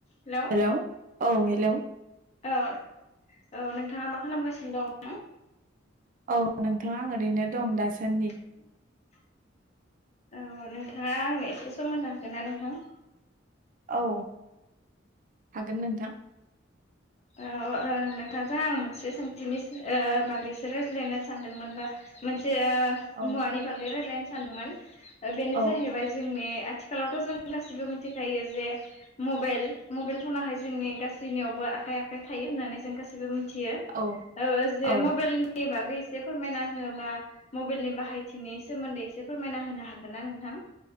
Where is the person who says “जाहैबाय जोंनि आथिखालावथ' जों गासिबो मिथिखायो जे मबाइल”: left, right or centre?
Left